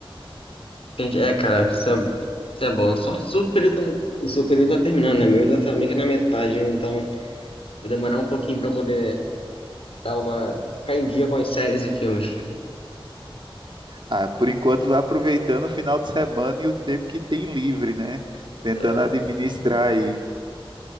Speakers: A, on the left; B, on the right.
A: Gente, é, cara, isso é, isso é bom. Só se o período tá, o seu período tá terminando, né? Meu ainda tá meio que na metade, então vai demorar um pouquinho pra eu poder dar uma. ficar em dia com as séries e filmes.
B: Ah, por enquanto vai aproveitando o final de semana e o tempo que tem livre, né? Tentando
A: É,
B: administrar aí.